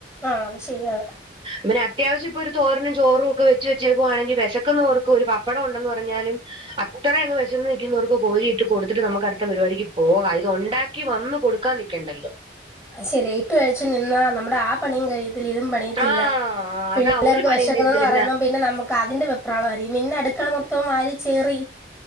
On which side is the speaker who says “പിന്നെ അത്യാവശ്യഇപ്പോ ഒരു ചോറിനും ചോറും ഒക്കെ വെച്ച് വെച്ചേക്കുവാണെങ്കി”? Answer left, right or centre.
Right